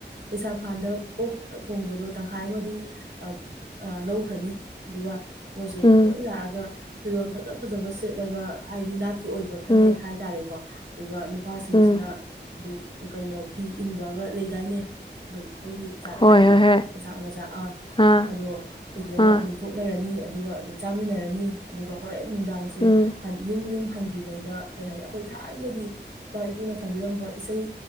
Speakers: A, on the right; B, on the left.
A: ꯂꯩꯁꯥ ꯐꯥꯟꯗ ꯑꯣꯛ ꯊꯣꯡꯕꯗꯣ ꯇꯪꯈꯥꯏ ꯑꯃꯗꯤ ꯑꯥ ꯑꯥ ꯂꯧꯈ꯭ꯔꯅꯤ ꯑꯗꯨꯒ ꯃꯣꯏꯁꯦ
B: ꯎꯝ
A: ꯂꯣꯏ ꯂꯥꯛꯒ ꯐꯤꯔꯣꯜ ꯐꯖ ꯐꯖꯕ ꯁꯦꯠꯂꯒ ꯍꯥꯏꯗꯤ ꯅꯥꯠꯀꯤ ꯑꯣꯏꯕ ꯐꯅꯦꯛ
B: ꯎꯝ
A: ꯍꯥꯏꯇꯥꯔꯦꯀꯣ ꯑꯗꯨꯒ ꯅꯨꯄꯥꯁꯤꯡꯁꯤꯅ
B: ꯎꯝ
A: ꯑꯗꯨꯝ ꯀꯩꯅꯣ ꯐꯤ ꯏꯟꯕꯒ ꯂꯩꯗꯥꯏꯅꯦ ꯑꯗꯨꯒ ꯑꯩꯈꯣꯏꯒꯤ ꯖꯥꯠꯇꯗꯤ
B: ꯍꯣꯏ ꯍꯣꯏ ꯍꯣꯏ
A: ꯃꯆꯥꯥ ꯃꯆꯥ ꯑꯥ
B: ꯑꯥ
A: ꯑꯗꯣ ꯏꯜꯂꯒ
B: ꯑꯥ
A: ꯑꯗꯨꯝ ꯊꯣꯛꯅꯔꯅꯤ ꯑꯗꯨꯒ ꯑꯗꯨꯝ ꯆꯥꯃꯤꯟꯅꯔꯅꯤ ꯑꯗꯨꯒ ꯍꯣꯔꯦꯟ ꯅꯨꯡꯗꯥꯡꯁꯦ
B: ꯎꯝ
A: ꯌꯨꯝ ꯌꯨꯝ ꯍꯟꯗ꯭ꯔꯤꯉꯩꯗ ꯀꯩ ꯍꯥꯏꯅꯤ ꯑꯩꯈꯣꯏ ꯊꯥꯏꯅꯒꯤ ꯏꯄꯥ ꯏꯄꯨꯅ ꯊꯝꯕꯤꯔꯝꯕ ꯏꯁꯩ